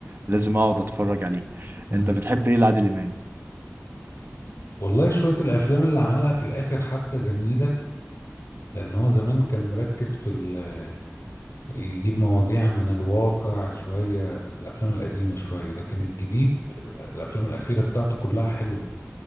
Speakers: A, on the right (about 55°); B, on the left (about 80°).
A: لازم أقعد أتفرج عليه
B: مم.
A: أنت بتحب إيه لعادل إمام؟
B: والله شوية الافلام اللي عملها في الاخر حتى جميلة لان هو زمان كان مركز في ال- يجيب مواضيع من الواقع شوية الافلام القديمة شوية لكن الجديد الافلام الاخيرة بتاعته كلها حلوة